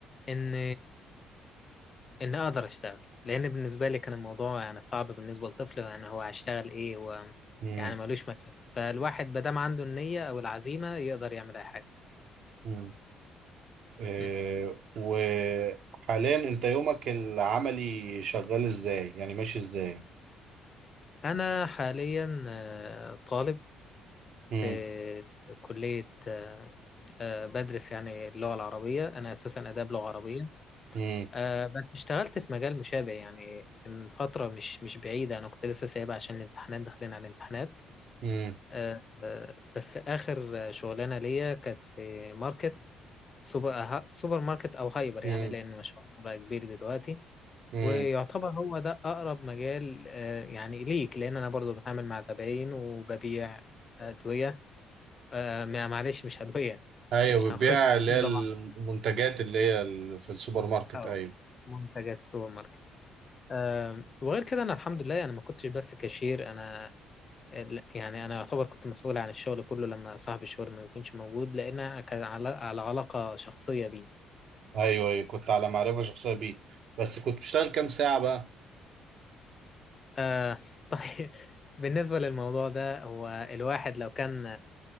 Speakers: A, on the left (about 40°); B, on the right (about 65°).
A: إن ان اقدر اشتغل لان بالنسبه لي كان الموضوع يعني صعب بالنسبه لطفل يعني هو هيشتغل ايه هو
B: امم
A: يعني ملوش مكان فالواحد ما دام عنده النيه او العزيمه يقدر يعمل اي حاجه
B: امم إيه
A: م.
B: وحاليا انت يومك العملي شغال ازاي يعني ماشي ازاي
A: انا حاليا آه، طالب
B: امم
A: في كليه آه، آه، بدرس يعني اللغه العربيه انا اساسا اداب لغه عربيه
B: امم
A: آه، بس اشتغلت في مجال مشابه يعني من فتره مش مش بعيده انا كنت لسه سايبها عشان الامتحانات داخلين على الامتحانات
B: امم
A: آه، آه، بس آخر شغلانة ليا كانت في ماركت سوبر آه، سوبر ماركت أو هايبر
B: امم
A: يعني لأن ما شاء الله بقى كبير دلوقتي
B: امم
A: ويعتبر هو ده أقرب مجال آه، يعني ليك لأن أنا برضو بتعامل مع زباين وببيع أدوية آه، ما- معلش مش أدوية
B: ايوه
A: مش
B: بتبيع
A: هنخش في
B: اللي هي المنتجات
A: بعض
B: اللي هي ال- في السوبر ماركت
A: أو
B: ايوه
A: منتجات السوبر ماركت آه، وغير كده أنا الحمد لله أنا ما كنتش بس كاشير أنا ال- يعني انا يعتبر كنت مسؤول عن الشغل كله لما صاحب الشغل ما يكونش موجود لان كان على على علاقه شخصيه بيه
B: ايوه ايوه كنت على معرفه شخصيه بيه بس كنت بشتغل كام ساعه بقى
A: آه <laughs> طيب بالنسبه للموضوع ده هو الواحد لو كان